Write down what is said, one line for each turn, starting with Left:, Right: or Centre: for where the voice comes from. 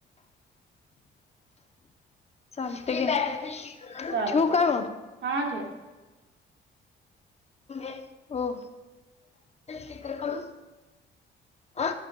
Left: चालते का
Right: चालतंय
Left: शू कर
Right: हा ठेव.
Left: े हो शिकर करू अं